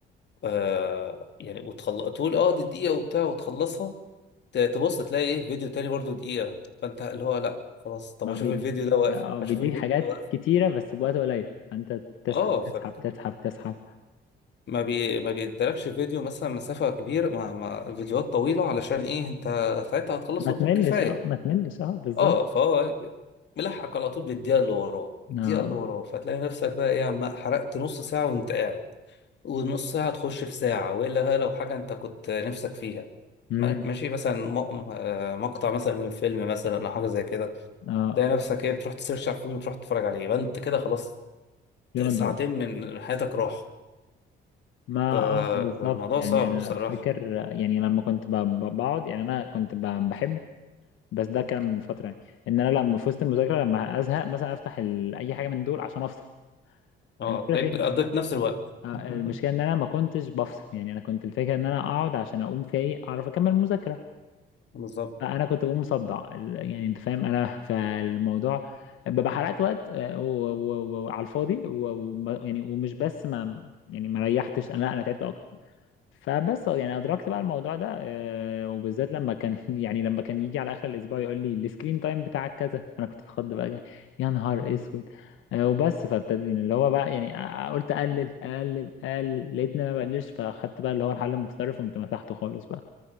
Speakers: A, on the left; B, on the left.
A: آه يعني وتخلص تقول اه دي دقيقة وبتاع وتخلصها ت- تبص تلاقي ايه فيديو تاني برضو دقيقة فانت اللي هو لا خلاص طب
B: ما
A: اشوف
B: بيديك
A: الفيديو ده واقف
B: اه بيديك
A: اشوف الفيديو
B: حاجات
A: ده واقف
B: كتيره بس بوقت قليل فانت تسحب
A: اه
B: تسحب
A: فبت...
B: تسحب تسحب
A: ما بي ما بيدركش فيديو مثلا مسافة كبيرة ما... ما فيديوهات طويلة علشان ايه انت ساعتها هتخلصه
B: ما تملش
A: بطول كفاية
B: اه ما تملش اه بالظبط
A: اه فهو ملحق على طول بالدقيقة اللي وراه الدقيقة
B: اه
A: اللي وراه فتلاقي نفسك بقى ايه عم حرقت نص ساعة وانت قاعد والنص ساعة تخش في ساعة وإلا بقى لو حاجة أنت كنت نفسك فيها
B: مم.
A: ما- ماشي مثلا مق- آه، مقطع مثلا من فيلم مثلا أو حاجة زي كده
B: اه
A: تلاقي نفسك ايه بتروح تسيرش على الفيلم وتروح تتفرج عليه يبقى انت كده خلاص
B: يوم الضرب
A: ساعتين من حياتك راحوا
B: ما
A: فالموضوع
B: اه بالظبط يعني
A: صعب
B: انا
A: بصراحة
B: فاكر يعني لما كنت ب- ب- بقعد يعني انا كنت ب- بحب بس ده كان من فتره يعني ان انا لما في وسط المذاكره لما ازهق مثلا افتح ال... اي حاجه من دول عشان افصل
A: اه
B: المشكله
A: تلاقيك
B: فين
A: قضيت نفس الوقت
B: آه،
A: <laughs>
B: المشكله ان انا ما كنتش بفصل يعني انا كنت الفكره ان انا اقعد عشان اقوم في ايه اعرف اكمل المذاكره
A: بالظبط
B: فانا كنت بقوم مصدع ال- يعني انت فاهم انا <laughs> فالموضوع ببقى حرقت وقت آه، و- و- و- وعلى الفاضي و... و... يعني ومش بس ما يعني ما ريحتش انا لا انا تعبت فبس يعني ادركت بقى الموضوع ده آه، وبالذات لما كان <laughs> يعني لما كان يجي على اخر الاسبوع يقول لي السكرين تايم بتاعك كذا انا كنت اتخض بقى يا نهار اسود آه، وبس فابتدي يعني اللي هو بقى يعني آه، آه، قلت اقلل اقلل اقلل لقيت ان انا ما بقللش فاخدت بقى اللي هو الحل المتطرف وقمت مسحته خالص بقى